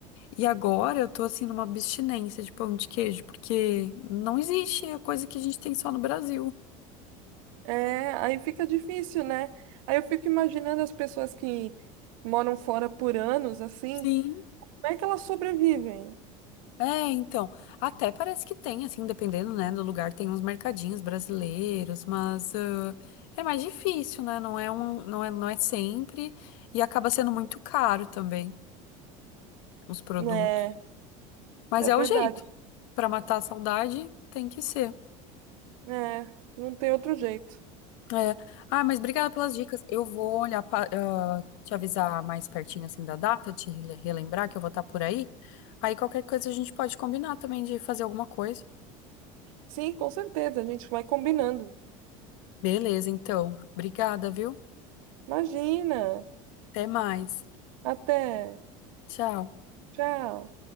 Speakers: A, on the left; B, on the right.
A: E agora eu tô assim numa abstinência de pão de queijo, porque não existe, é coisa que a gente tem só no Brasil.
B: É, aí fica difícil, né? Aí eu fico imaginando as pessoas que moram fora por anos, assim,
A: Sim.
B: como é que elas sobrevivem,
A: É, então, até parece que tem, assim, dependendo, né, do lugar, tem uns mercadinhos brasileiros, mas ah, é mais difícil, né? Não é um, não é, não é sempre e acaba sendo muito caro também os produtos.
B: né?
A: Mas
B: É
A: é
B: verdade.
A: o jeito. Pra matar a saudade, tem que ser.
B: É, não tem outro jeito.
A: É. Ah, mas obrigada pelas dicas. Eu vou olhar pa- ah, te avisar mais pertinho assim da data, te rele- relembrar que eu vou estar por aí. Aí qualquer coisa a gente pode combinar também de fazer alguma coisa.
B: Sim, com certeza, a gente vai combinando.
A: Beleza, então. Obrigada, viu?
B: Imagina.
A: Até mais.
B: Até.
A: Tchau.
B: Tchau.